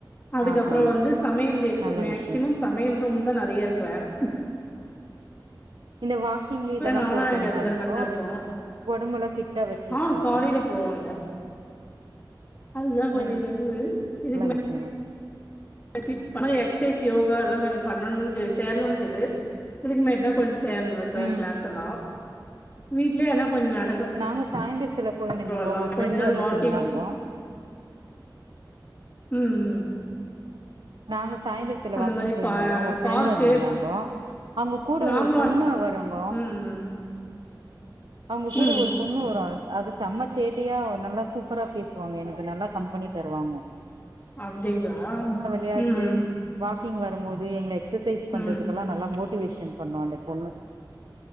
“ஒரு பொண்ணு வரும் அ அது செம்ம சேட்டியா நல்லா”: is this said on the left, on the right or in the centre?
Right